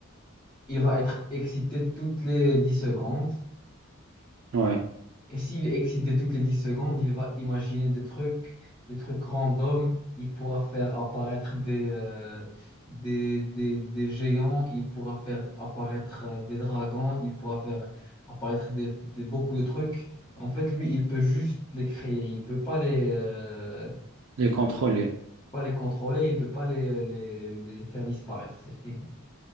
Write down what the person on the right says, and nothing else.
Ouais.
Les contrôler.